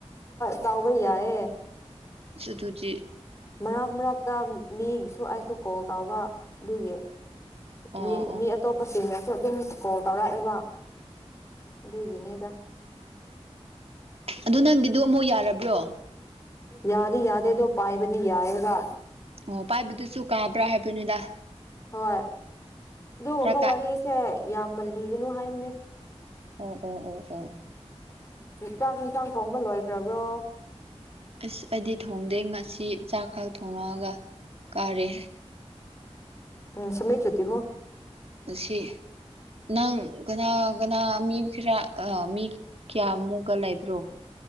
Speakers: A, on the left; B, on the right.
A: ꯗꯥꯎꯒ ꯌꯥꯏ ꯌꯦ
B: ꯁꯗꯨꯗꯤ
A: ꯃꯅꯥꯛ ꯃꯅꯥꯛ ꯇ ꯃꯤ ꯁꯨ ꯑꯩꯁꯨ ꯀꯣꯜ ꯇꯧꯕ ꯑꯗꯨꯒꯤ
B: ꯑꯣ
A: ꯃꯤ
B: ꯑꯣ
A: ꯃꯤ ꯑꯇꯣꯞꯄꯁꯤꯡ ꯑꯗꯨꯝ ꯀꯣꯜ ꯇꯧꯔꯛꯑꯦꯕ ꯑꯗꯨꯒꯤꯅꯤꯗ
B: ꯑꯗꯨ ꯅꯪꯒꯤꯗꯨ ꯑꯃꯨꯛ ꯌꯥꯔꯕ꯭ꯔꯣ
A: ꯌꯥꯗ ꯌꯥꯗꯦ ꯗꯣ ꯄꯥꯏꯕꯗꯤ ꯌꯥꯏꯕ
B: ꯑꯣ ꯄꯥꯏꯕꯗꯨꯁꯨ ꯀꯥꯕ꯭ꯔꯥ ꯍꯥꯏꯕ ꯅꯤꯗꯥ
A: ꯍꯣꯏ ꯑꯗꯨꯒꯕ
B: ꯀꯥꯏ
A: ꯋꯥꯔꯤꯁꯦ ꯌꯥꯝꯃꯜꯂꯤꯒꯅꯨ ꯍꯥꯏ ꯃꯅꯦ
B: ꯑꯣ ꯑꯣ ꯑꯣ ꯑꯣ
A: ꯆꯥꯛꯒꯤ ꯏꯟꯁꯥꯡ ꯊꯣꯡꯕ ꯂꯣꯏꯈ꯭ꯔꯕ꯭ꯔꯣ
B: ꯑꯁ ꯑꯩꯗꯤ ꯊꯣꯡꯗꯦ ꯉꯁꯤ ꯆꯥꯛ ꯈꯥꯛ ꯊꯣꯡꯡꯂꯛꯑꯒ ꯀꯥꯔꯦ
A: ꯁꯃꯃꯦ ꯆꯇꯤ ꯍꯣ
B: ꯑꯁꯤ ꯅꯪ ꯀꯅꯥ ꯀꯅꯥ ꯃꯤ ꯈꯔ ꯑ ꯃꯤ ꯀꯌꯥꯃꯨꯛ ꯒꯂꯥꯏꯕ꯭ꯔꯣ